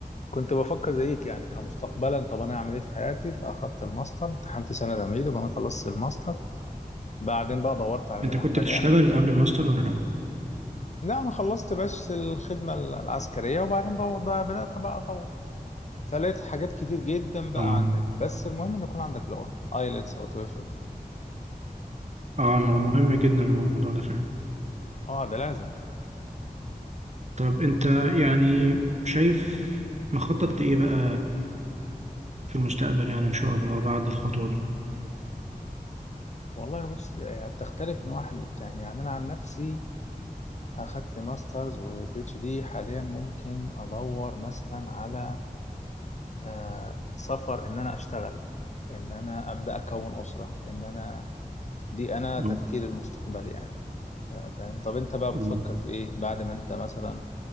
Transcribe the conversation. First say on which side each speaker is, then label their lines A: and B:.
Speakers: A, on the left (about 50°); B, on the right (about 45°).
A: كنت بفكر زيك يعني كمستقبلا طب انا هعمل ايه في حياتي فاخدت الماستر امتحنت سنه تمهيدي وانا خلصت الماستر بعدين بقى دورت على المنح
B: انت كنت
A: مليانه
B: بتشتغل
A: بقى
B: قبل الماستر ولا لا؟
A: لا انا خلصت بس الخدمه العسكريه وبعدين دو- ده بدات بقى ادور فلقيت حاجات كتير جدا بقى
B: اه
A: عن النت بس المهم ان يكون عندك لغه ايلتس او تويفل
B: اه مهم جدا الموضوع ده فعلا
A: اه ده لازم
B: طب انت يعني شايف مخطط لإيه بقى في المستقبل يعني إن شاء الله بعد الخطوة دي
A: والله بص ده يعني بتختلف من واحد للتاني يعني انا عن نفسي اخدت ماسترز وبي اتش دي حاليا ممكن ادور مثلا على آه سفر ان انا اشتغل ان انا ابدا اكون اسره ان انا دي انا
B: مم.
A: تفكيري المستقبلي يعني آه فاهم طب انت بقى
B: مم.
A: بتفكر في ايه بعد ما انت مثلا